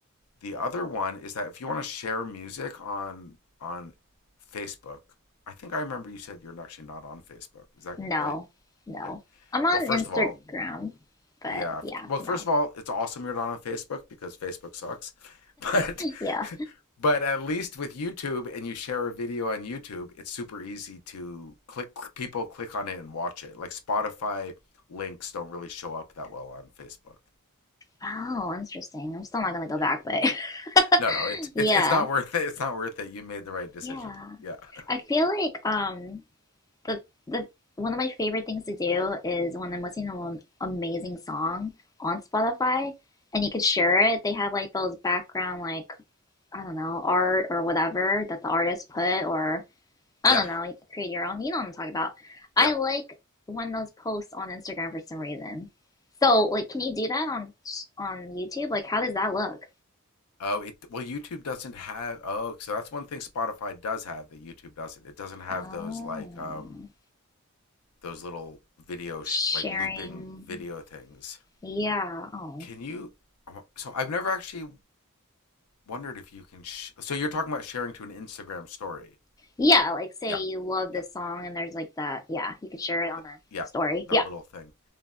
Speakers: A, on the left; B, on the left.
A: The other one is that if you want to share music on on Facebook, I think I remember you said you're actually not on Facebook. Is that
B: No.
A: right?
B: No.
A: Yeah.
B: I'm on
A: Well, first
B: Instagram,
A: of all,
B: but
A: yeah.
B: yeah,
A: Well,
B: no.
A: first of all, it's awesome you're not on Facebook because Facebook sucks. But
B: Yeah.
A: <laughs> but at least with YouTube and you share a video on YouTube, it's super easy to click people click on it and watch it. Like Spotify links don't really show up that well on Facebook.
B: Oh, interesting. I'm still not gonna go
A: Yeah.
B: back, but
A: No, no,
B: <laughs>
A: it,
B: yeah,
A: it it's not worth it. It's not worth it. You made the right decision.
B: yeah.
A: Yeah. <laughs>
B: I feel like um the the one of my favorite things to do is when I'm listening to an amazing song on Spotify and you could share it. They have like those background like I don't know, art or whatever that the artist put or I
A: Yeah.
B: don't know, you could create your own. You know what I'm talking about. I
A: Yeah.
B: like when those posts on Instagram for some reason. So, like, can you do that on on YouTube? Like, how does that look?
A: Oh, it well YouTube doesn't have oh, so that's one thing Spotify does have that YouTube doesn't. It doesn't have
B: Oh,
A: those like um those little video
B: sharing.
A: sh- like looping video things.
B: Yeah. Oh,
A: Can you? So I've never actually wondered if you can. Sh- so you're talking about sharing to an Instagram story.
B: yeah. Like, say
A: Yeah,
B: you love this
A: yeah,
B: song, and there's like that. Yeah, you could share it on
A: th-
B: a
A: yeah.
B: story.
A: That
B: Yeah.
A: little thing.